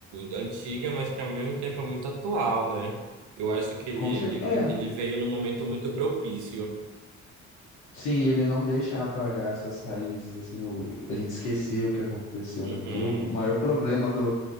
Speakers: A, on the right; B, on the left.
A: antiga, mas que ao mesmo tempo é muito atual, né? Eu acho que ele,
B: Com
A: ele,
B: certeza.
A: ve-
B: É.
A: ele veio num momento muito propício.
B: Sim, ele não deixa apagar essas raízes, assim, o- a gente esquecer o que aconteceu,
A: Uhum.
B: né? Porque o maior problema do,